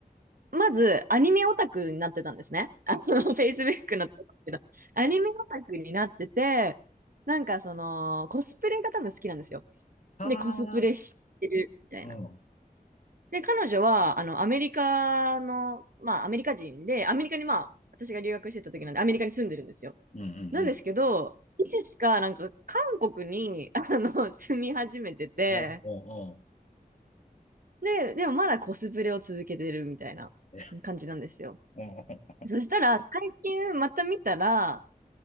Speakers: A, on the right; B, on the left.
A: まず、アニメオタクになってたんですね。あの、<laughs> Facebook のところでアニメオタクになってて、なんかその、コスプレが多分好きなんですよ。
B: は
A: で、コスプレしてるみたいな。
B: あ。うん。うん
A: で、彼女は、あの、アメリカの、まあ、アメリカ人で、アメリカにまあ、私が留学してた時なんで、アメリカに住んでるんですよ。
B: うんうん。
A: なんですけど、いつしか、なんか、韓国に、あの、住み始めてて、
B: おうおうおう。
A: で、でもまだコスプレを続けてるみたいな
B: え、
A: 感じなんですよ。
B: おうおう。
A: そしたら、最近また見たら、